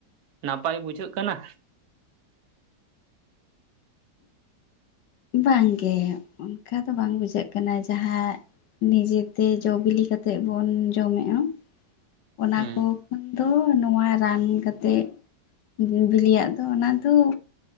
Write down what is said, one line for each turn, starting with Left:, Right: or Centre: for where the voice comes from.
Right: ᱱᱟᱯᱟᱭ ᱵᱩᱡᱷᱟᱹᱜ ᱠᱟᱱᱟ?
Left: ᱵᱟᱝᱼᱜᱮ ᱚᱱᱠᱟ ᱫᱚ ᱵᱟᱝ ᱵᱩᱡᱷᱟᱹᱜ ᱠᱟᱱᱟ ᱡᱟᱦᱟᱸᱼᱼ ᱱᱤᱡᱮ ᱛᱮ ᱡᱚ ᱵᱤᱞᱤ ᱠᱟᱛᱮᱜ ᱵᱚᱱ ᱡᱚᱢᱮᱜᱼᱟ ᱚᱱᱟ
Right: ᱦᱮᱸ
Left: ᱠᱚ ᱠᱷᱚᱱ ᱫᱚ ᱱᱚᱣᱟ ᱨᱟᱱ ᱠᱟᱛᱮᱫ ᱵᱤᱞᱤᱭᱟᱜ ᱫᱚ ᱚᱱᱟ ᱫᱚ